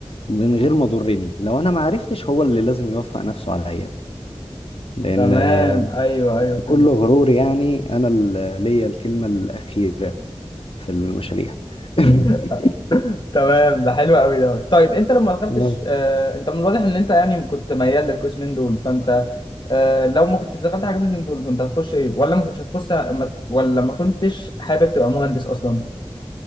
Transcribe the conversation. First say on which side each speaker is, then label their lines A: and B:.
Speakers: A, on the left; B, on the left.
A: من غير ما ضرني لو انا ما عرفتش هو اللي لازم يوفق نفسه عليا لان
B: تمام
A: آه،
B: ايوه ايوه
A: بكل
B: فهمت
A: غرور يعني انا اللي ليا الكلمة الأخيرة في المشاريع
B: <laughs>
A: <laughs>
B: تمام ده حلو قوي ده طيب انت لما دخلتش
A: مم.
B: آه انت من الواضح ان انت يعني كنت ميال للقسمين دول فانت آه لو ما كنتش دخلت حاجه من الاتنين دول كنت هتخش ايه ولا ما كنتش هتخش ما- ولا ما كنتش حابب تبقى مهندس اصلا